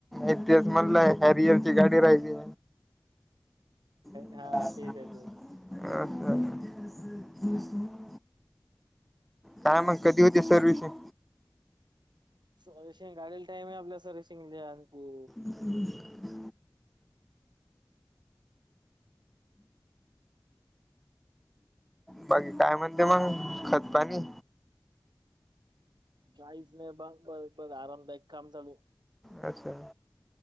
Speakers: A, in the centre; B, on the right.
A: इथच म्हणला हॅरियरची गाडी राहियली. <unintelligible>
B: हां, तेच आहे ते.
A: काय मग कधी होती सर्व्हिसिंग.
B: सर्विशिंग गाडीला टाईम आहे आपल्याला सर्विसिंगला आणकी.
A: <unintelligible> बाकी काय म्हणते मग खतपाणी.
B: काहीच नाही बघ बघ ब आरामदायक काम चालू.
A: अच्छा